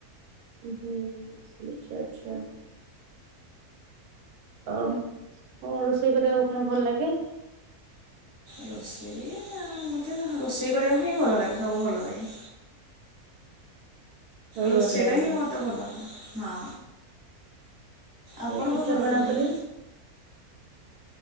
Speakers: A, on the right (about 80°); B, on the left (about 15°).
A: ଉଁହୁଁ, ଆଛା ଆଛା। ଆଉ କ'ଣ ରୋଷେଇ କରିବାକୁ ଆପଣଙ୍କୁ ଭଲ ଲାଗେ?
B: ରୋଷେଇ ମୋତେ ରୋଷେଇ କରିବାକୁ ହିଁ ଭଲ ଲାଗେ ସବୁ ଭଲ ଲାଗେ।
A: ସବୁ
B: ରୋଷେଇଟା
A: ଭଲ ଲାଗେ
B: ହିଁ ମତେ ଭଲ, ହଁ। ଆପଣଙ୍କ
A: ପିଠା
B: ଘର
A: ପଣା
B: କୋଉଠି?
A: ଉପରେ